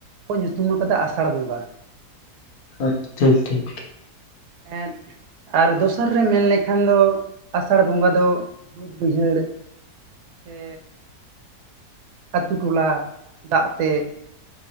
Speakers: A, on the right (about 75°); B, on the left (about 70°).
A: ᱠᱚ ᱧᱩᱛᱩᱢ ᱟᱠᱟᱫᱟ ᱟᱥᱟᱲ ᱵᱚᱸᱜᱟ᱾
B: ᱦᱳᱭ ᱴᱷᱤᱠ ᱴᱷᱤᱠ,
A: ᱮᱸᱫ ᱟᱨ ᱫᱚᱥᱟᱨ ᱨᱮ ᱢᱮᱱ ᱞᱮᱠᱷᱟᱱ ᱫᱚ ᱟᱥᱟᱲᱹ ᱵᱚᱸᱜᱟ ᱫᱚ ᱩᱭᱦᱟᱹᱬ ᱥᱮ ᱟᱛᱳ ᱴᱚᱞᱟ ᱫᱟᱜ ᱛᱮ